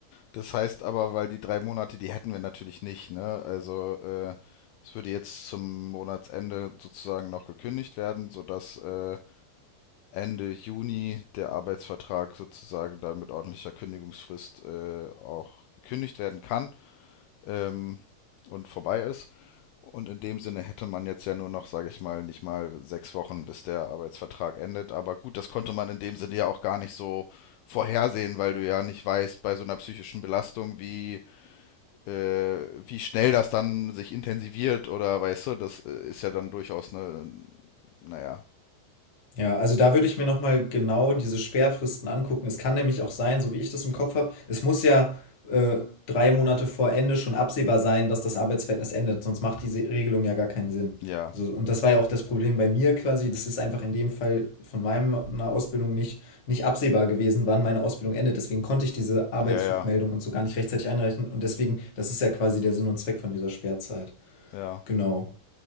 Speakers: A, on the left; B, on the left.
A: Das heißt aber, weil die drei Monate, die hätten wir natürlich nicht, ne? Also, äh, es würde jetzt zum Monatsende sozusagen noch gekündigt werden, sodass äh, Ende Juni der Arbeitsvertrag sozusagen dann mit ordentlicher Kündigungsfrist äh, auch gekündigt werden kann ähm, und vorbei ist. Und in dem Sinne hätte man jetzt ja nur noch, sage ich mal, nicht mal sechs Wochen, bis der Arbeitsvertrag endet. Aber gut, das konnte man in dem Sinne ja auch gar nicht so vorhersehen, weil du ja nicht weißt bei so einer psychischen Belastung, wie, äh, wie schnell das dann sich intensiviert oder weißt du, das äh, ist ja dann durchaus eine, naja,
B: Ja, also da würde ich mir nochmal genau diese Sperrfristen angucken. Es kann nämlich auch sein, so wie ich das im Kopf habe, es muss ja äh, drei Monate vor Ende schon absehbar sein, dass das Arbeitsverhältnis endet, sonst macht diese Regelung ja gar keinen Sinn.
A: ja,
B: So, und das war ja auch das Problem bei mir quasi. Das ist einfach in dem Fall von meiner Ausbildung nicht, nicht absehbar gewesen, wann meine Ausbildung endet. Deswegen konnte ich diese Arbeitssuchmeldung
A: ja, ja,
B: und so gar nicht rechtzeitig einreichen. Und deswegen, das ist ja quasi der Sinn und Zweck von dieser Sperrzeit.
A: ja.
B: Genau.